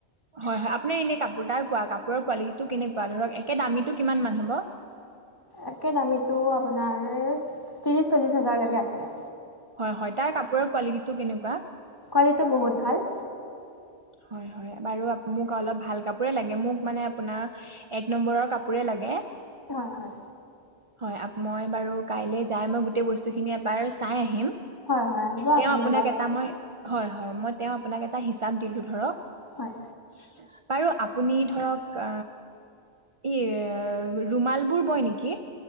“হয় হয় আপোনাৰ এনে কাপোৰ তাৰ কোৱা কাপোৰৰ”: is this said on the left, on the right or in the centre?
Right